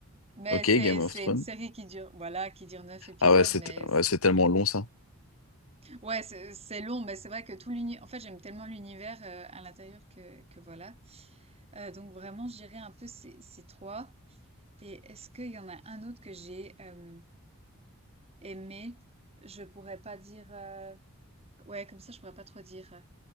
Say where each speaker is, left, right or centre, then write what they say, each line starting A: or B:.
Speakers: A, on the right; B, on the left.
A: mais
B: Ok,
A: c'est
B: Game
A: c'est
B: of Thrones.
A: une série qui dure, voilà, qui dure neuf épisodes,
B: Ah ouais, c'est
A: mais c-
B: ouais, c'est tellement long ça.
A: ouais, c'est c'est long, mais c'est vrai que tout l'univers, en fait, j'aime tellement l'univers euh, à l'intérieur que que voilà. Euh, donc vraiment, je dirais un peu ces ces trois. Et est-ce qu'il y en a un autre que j'ai euh, aimé? Je pourrais pas dire. euh, Ouais, comme ça, je pourrais pas trop dire.